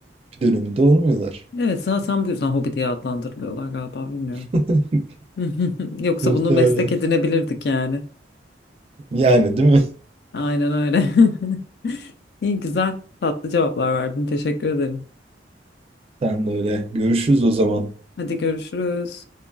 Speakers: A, on the right; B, on the left.
A: bir döneminde olmuyorlar.
B: Evet zaten bu yüzden hobi diye adlandırılıyorlar galiba bilmiyorum.
A: <laughs>
B: <laughs> Yoksa
A: Muhtemelen.
B: bunu meslek edinebilirdik yani.
A: Yani değil mi?
B: Aynen öyle. <laughs> İyi güzel tatlı cevaplar verdin. Teşekkür ederim.
A: Sen de öyle. Görüşürüz o zaman.
B: Hadi görüşürüz.